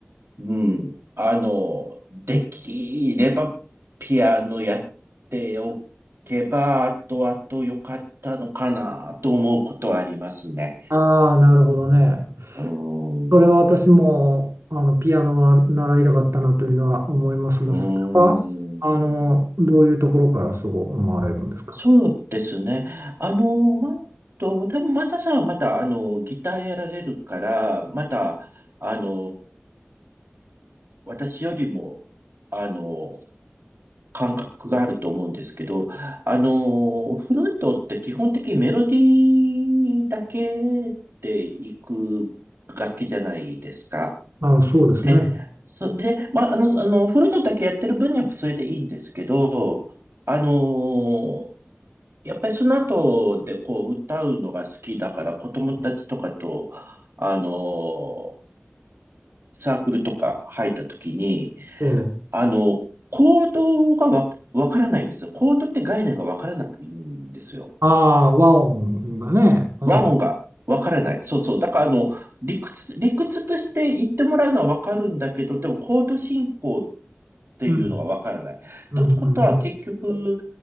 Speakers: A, on the right; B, on the right.
A: うん、あの、できれば、ピアノやっておけば、あとあと良かったのかな、と思うことはありますね。
B: ああー、なるほどね。
A: うん、
B: それは私もあのピアノは習いたかったなというのは思いますが、
A: うん。
B: それはあのどういうところからそう思われるんですか
A: そうですね。あの、ま、と、多分マサさんはまた、あの、ギターやられるから、また、あの、私よりも、あの、感覚があると思うんですけど、あの、フルートって基本的にメロディーだけでいく楽器じゃないですか。
B: あ、そうですね。
A: で、それで、まあ、あの、あの、フルートだけやってる分にはそれでいいんですけど、あのやっぱりその後でこう歌うのが好きだから子供たちとかと、あのーサークルとか入った時に、
B: ねええ
A: あの、コードがわ、わからないんですよ。コードって概念がわからなくていいんですよ。
B: ああ、和音がね。うん、
A: 和音がわからない。そうそう。だからあの、理屈、理屈として言ってもらうのはわかるんだけど、でもコード進行っていうのがわからない。
B: うん、
A: ってことは、
B: うん、うん。うん
A: 結局、